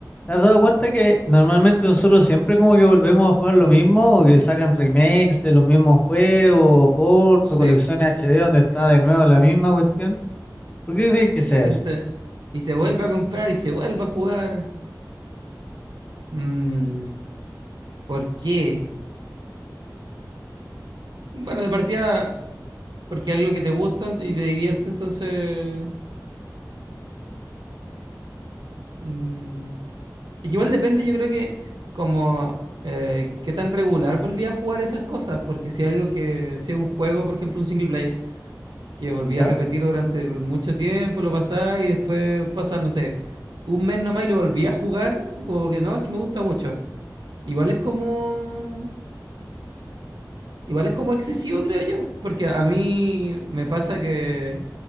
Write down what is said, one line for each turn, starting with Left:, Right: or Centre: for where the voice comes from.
Left: ¿Te has dado cuenta que normalmente nosotros siempre como que volvemos a jugar lo mismo o que sacan remakes de los mismos juegos, ports
Right: Sí,
Left: o colecciones Sí. HD
Right: sí,
Left: donde
Right: sí,
Left: está
Right: sí,
Left: de
Right: sí.
Left: nuevo la misma cuestión? ¿Por qué crees que
Right: Y
Left: sea
Right: la gente,
Left: eso?
Right: y se vuelve a comprar y se vuelve a jugar. Mm, ¿por qué? Bueno, de partida, porque es algo que te gusta y te divierte, entonces... mm, es que igual depende, yo creo que como eh, qué tan regular volví a jugar esas cosas, porque si algo que, si es un juego, por ejemplo, un single player, que volví
Left: ¿Ya?
Right: a repetir durante mucho tiempo, lo pasaba y después pasa, no sé, un mes nomás y lo volví a jugar, como porque no, es que me gusta mucho. Igual es como, igual es como excesivo, creo yo, porque a mí me pasa que